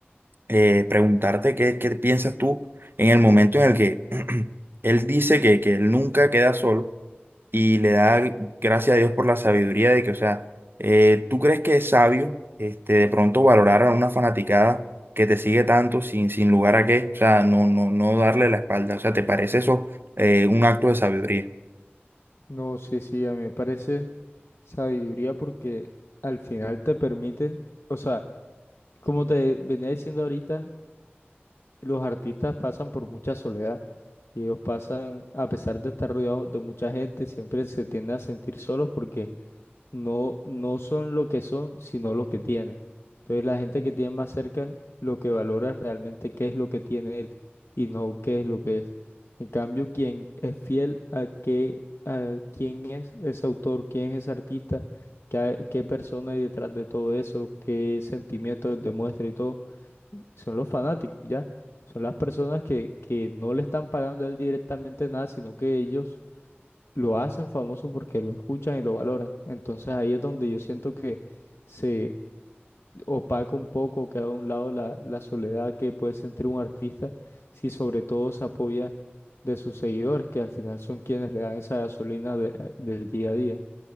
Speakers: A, on the right; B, on the left.
A: eh, preguntarte qué, qué piensas tú en el momento en el que <clears throat> él dice que, que él nunca queda solo y le da gracias a Dios por la sabiduría de que, o sea, eh, ¿tú crees que es sabio este, de pronto valorar a una fanaticada que te sigue tanto sin, sin lugar a qué? O sea, no, no, no darle la espalda. O sea, ¿te parece eso eh, un acto de sabiduría?
B: No, sí, sí, a mí me parece. Sabiduría porque al final te permite, o sea, como te venía diciendo ahorita, los artistas pasan por mucha soledad y ellos pasan, a pesar de estar rodeados de mucha gente, siempre se tienden a sentir solos porque no, no son lo que son, sino lo que tienen. Entonces la gente que tiene más cerca lo que valora es realmente qué es lo que tiene él y no qué es lo que es. En cambio, quien es fiel a qué, a quién es ese autor, quién es ese artista, qué, qué persona hay detrás de todo eso, qué sentimientos demuestra y todo, son los fanáticos, ¿ya? Son las personas que, que no le están pagando a él directamente nada, sino que ellos lo hacen famoso porque lo escuchan y lo valoran. Entonces ahí es donde yo siento que se opaca un poco, queda a un lado la, la soledad que puede sentir un artista si sobre todo se apoya de sus seguidores, que al final son quienes le dan esa gasolina de- eh, del día a día.